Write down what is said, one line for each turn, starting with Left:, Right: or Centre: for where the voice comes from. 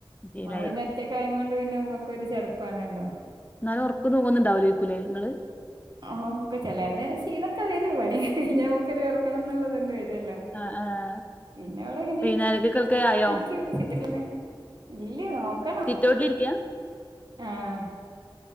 Left: ശീലായി
Right: ഉമ്മ പിന്നെ ഒറ്റക്കായോ യങ്ങോണ്ട് പിന്നെ ഉമ്മക്കും ഒരു ചടപ്പാണല്ലോ
Left: ഇന്നാലും ഒറക്ക് തൂങ്ങുന്നുണ്ടാവുലേക്കുംലെ ഇങ്ങള്
Right: ഓ ഇപ്പോ ചെലേ നേരം ക്ഷീണൊക്കെ വരും പണി കഴിഞ്ഞ നമ്മ ക്കൊരൊറങ്ങണംന്നുള്ളത് ഒന്ന് വരല്ലോ
Left: ആഹ് ആഹ്
Right: പിന്നെവിടെങ്ങനെ
Left: വൈകുന്നേരക്കൊക്കെ
Right: ഇ
Left: ആയോ
Right: രിക്കും സിറ്റൗട്ടില്ന്ന്. ഇല്ല്യ നോക്കണം.
Left: സിറ്റൗട്ടിൽ ഇരിക്കയാ
Right: ആഹ്